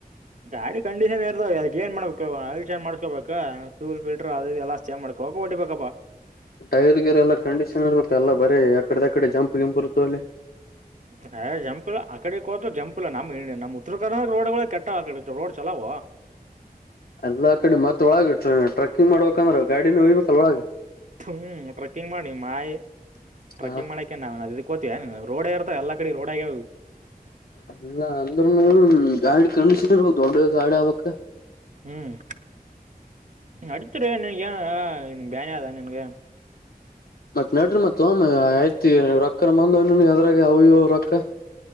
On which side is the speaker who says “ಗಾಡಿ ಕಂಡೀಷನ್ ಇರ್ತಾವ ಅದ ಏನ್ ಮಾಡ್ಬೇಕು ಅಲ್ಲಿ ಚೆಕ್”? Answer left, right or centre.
Right